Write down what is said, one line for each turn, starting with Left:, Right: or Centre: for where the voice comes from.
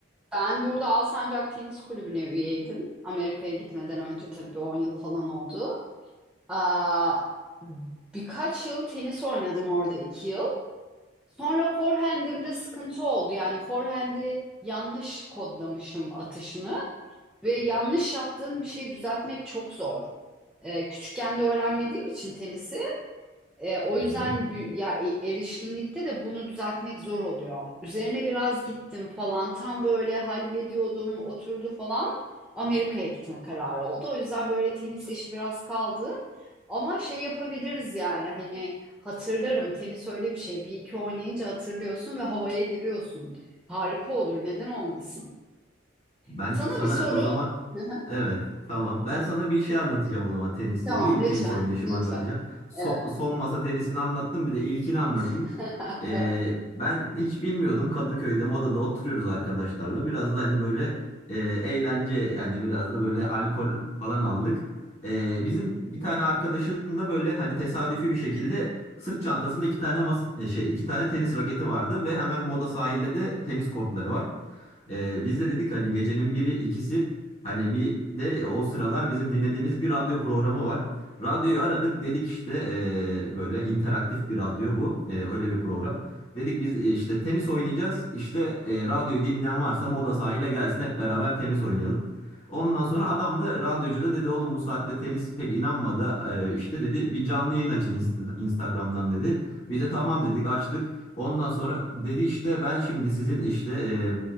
Centre: Ben burada Alsancak Tenis Kulübü'ne üyeydim. Amerika'ya gitmeden önce tabii bir 10 yıl falan oldu. Aa, birkaç yıl tenis oynadım orada 2 yıl. Sonra forehand'imde sıkıntı oldu. Yani forehand'i yanlış kodlamışım atışını ve yanlış yaptığın bir şeyi düzeltmek çok zor. Ee, küçükken de öğrenmediğim için tenisi e, o
Left: Hı
Centre: yüzden
Left: hı.
Centre: bü- ya e- erişkinlikte de bunu düzeltmek zor oluyor. Üzerine biraz gittim falan. Tam böyle hallediyordum, oturdu falan. Amerika'ya gitme kararı oldu. O yüzden böyle tenis işi biraz kaldı. Ama şey yapabiliriz yani hani hatırlarım tenis öyle bir şey. Bir iki oynayınca hatırlıyorsun ve havaya giriyorsun. Harika olur, neden olmasın?
Left: Ben
Centre: Sana
Left: sana
Centre: bir soru.
Left: o zaman
Centre: <laughs>
Left: evet tamam. Ben sana bir şey anlatacağım o zaman tenisle
Centre: Tamam,
Left: ilgili. İlk
Centre: lütfen,
Left: tenis oynayışımı
Centre: lütfen.
Left: anlatacağım. So-
Centre: Evet,
Left: son masa tenisini anlattım bir de ilkini anlatayım.
Centre: <laughs>
Left: Ee,
Centre: evet,
Left: ben hiç bilmiyordum Kadıköy'de Moda'da oturuyoruz arkadaşlarla. Biraz da hani böyle e, eğlence yani biraz da böyle alkol falan aldık. Ee, bizim bir tane arkadaşın da böyle hani tesadüfi bir şekilde sırt çantasında iki tane masa e, şey iki tane tenis raketi vardı ve hemen Moda sahilde de tenis kortları var. Ee, biz de dedik hani gecenin biri ikisi hani bir de e, o sıralar bizim dinlediğimiz bir radyo programı var. Radyoyu aradık dedik işte ee, böyle interaktif bir radyo bu Ee, öyle bir program. Dedik biz e, işte tenis oynayacağız işte e, radyoyu dinleyen varsa Moda sahile gelsin hep beraber tenis oynayalım. Ondan sonra adam da radyocu da dedi oğlum bu saatte tenis pek inanmadı Ee, işte dedi bir canlı yayın açın Inst- Instagram'dan dedi. Biz de tamam dedik açtık. Ondan sonra dedi işte ben şimdi sizin işte e,